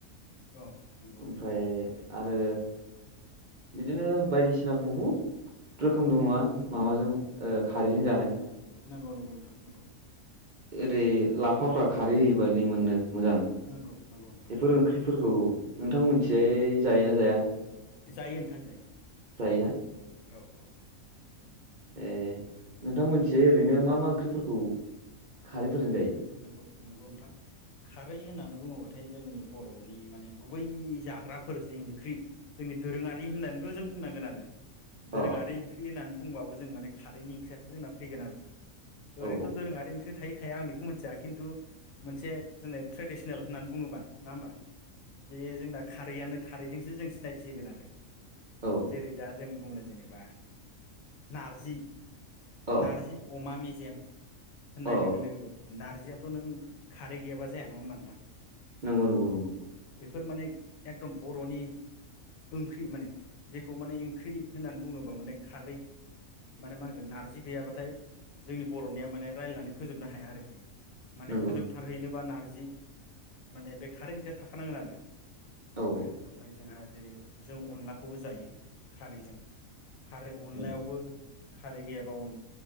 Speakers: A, on the left; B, on the right.
A: औ नंगौ
B: ओमफ्राय
A: नोंथां।
B: आरो बिदिनो बायदिसिना बहुद रोखोम दंङो नङा होन माबाजों ओ खारैजों जानाय
A: नंगौ नंगौ नोंथां नगौ।
B: ओरै लाफाफ्रा खारै होयोबा लि मोननो मोजां
A: नंगौ नंगौ नोंथां
B: एफोर ओंख्रिफोरखौ नोंथां मिथियै जायोना जाया?
A: जायो नोंथां जायो
B: जायोना
A: जायो औ औ जायो
B: ए
A: दा
B: नोंथां
A: औ
B: मोनथिं ओरैनो मा मा ओंख्रिफोरखौ खारैफोरजों जायो?
A: नंगौ नंगौ नोंथां खारै होननानै बुङोबा। थाय जोंनि बर'नि माने गुबै जाग्राफोर जि ओंख्रि जोंनि दोरोङारि होननानैबो जों बुंनांगोन आरो
B: अ
A: दोरोङारि ओंख्रि होनना बुंबाबो जों माने खारैनि ओंख्रियासो जोंना फैगोन आरोखि।
B: अ
A: ओरैथ'
B: औ
A: दोरोङारि ओंख्रि थायो थाया आं बिखौ मेन्थिया किन्टु मोनसे जोंनो ट्रेडिस नेल होननानै बङोबा नंङा होनबा बे जोंना। खारैआनो खारैजोंसो जों सिनायथि होगोन आरो।
B: औ
A: जेरै दा जों बुङो जेनेबा नारजि
B: औ अ
A: नारजि अमा मे जेम होननाय
B: अ
A: लोगो लोगो नारजियाथ' नों खारै गैयाबा जाया नङा होमबा नोंथां
B: नंगौ नंगौ नंगौ
A: फोर माने एकदम बर'नि ओंख्रि माने जेखौ माने ओंख्रि होननानै बुङोबा माने खारै माने मा होनगोन नारजि गैयाबाथाय जोंनि बर'निया माने रायलायनानै फोजोबनो हा या आरोखि माने
B: नंगौ
A: फोजोबथारहैनोबा
B: औ नंगौ
A: नार जि माने बे खारै ओंख्रिया थाखानांगोन आरो
B: औ
A: बेफोरो
B: औ
A: ओमफ्राय जोंहा जेरै जों अनलाखौबो जायो खारैजों, खारै अनलायावबो,
B: औ
A: खारै गैयाबा अन